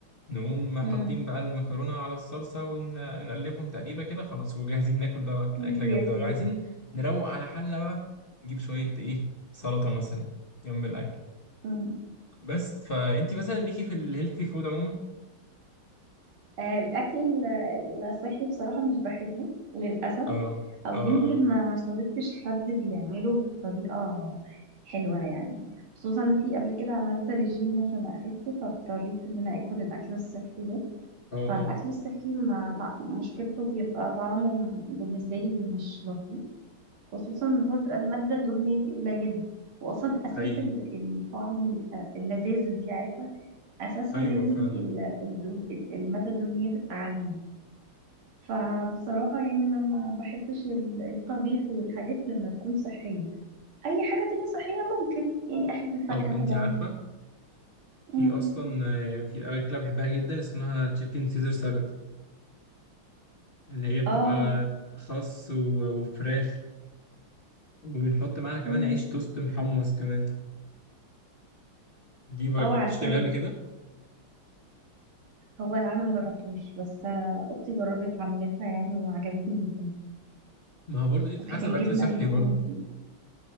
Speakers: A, on the left; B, on the right.
A: نقوم
B: مم.
A: حاطين بقى المكرونه على الصلصه ونقلبهم تقريبا كده خلاص وجاهزين ناكل بقى
B: سيدي
A: اكله جامده
B: يا سيدي
A: ولا عايزين نروق على حالنا بقى نجيب شويه ايه سلطه مثلا جنب الاكل
B: أمم.
A: بس فانتي مثلا ليكي في الهيلثي فود عموما
B: آه، الأكل ال- الصحي بصراحة مش بحبه للأسف
A: اه
B: أو
A: اه
B: يمكن
A: اه
B: ما ما صادفتش حد بيعمله بطريقة حلوة يعني خصوصا في قبل كده عملت ريجيم عشان أخس فاضطريت إن أنا آكل الأكل الصحي ده
A: اه اه
B: فالأكل الصحي ما لا مشكلته بيبقى طعمه م- بالنسبة لي مش لطيف خصوصا إن هو بيبقى المادة الدهنية فيه قليلة وأصلا أساس
A: حقيقي
B: ال- الطعم يبقى اللذاذة دي عارفة اساسها
A: ايوه
B: لازم
A: فعلا
B: ال- الدهن- الماده الدهنيه تبقى عاليه فبصراحه يعني انا ما بحبش ال- الطبيخ والحاجات لما تكون صحيه اي حاجه تانية صحيه ممكن يعني احب الفاكهه
A: طب انتي
B: طبعا
A: عارفه في
B: امم
A: اصلا آه، في اكله بحبها جدا اسمها تشيكن سيزر سالاد اللي هي بتبقى
B: اه
A: خس و- وفراخ وبنحط معاها كمان
B: امم
A: عيش توست محمص كمان دي بقى
B: اه
A: جربتش
B: عارفاها
A: تعملها قبل كده
B: هو اللي انا ما جربتوش بس آه، اختي جربت عملتها يعني وعجبتني جدا
A: ما هو برضه دي تتحسب
B: وكانت الجبنه
A: اكل صحي
B: اللي
A: برضه
B: فيها لطيفة.